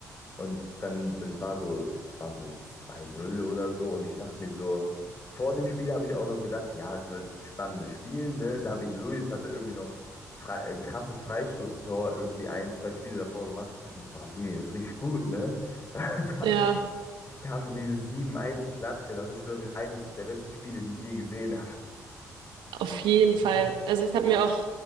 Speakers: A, on the left; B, on the right.
A: Und dann, dann war so, es, es war so zwei null oder so. Und ich dachte mir so, vor dem Spiel habe ich auch noch gedacht, ja, es wird ein spannendes Spiel, ne? David Luiz hatte irgendwie noch frei, äh, krasses Freistoßtor irgendwie ein, zwei Spiele davor gemacht. Ich dachte mir so, Brasilien ist richtig gut, ne? <laughs> Dann
B: Ja,
A: kam diese sieben eins klatsche Das ist, glaube ich, eines der besten Spiele, die ich je gesehen
B: auf jeden Fall.
A: habe.
B: Also ich habe mir auch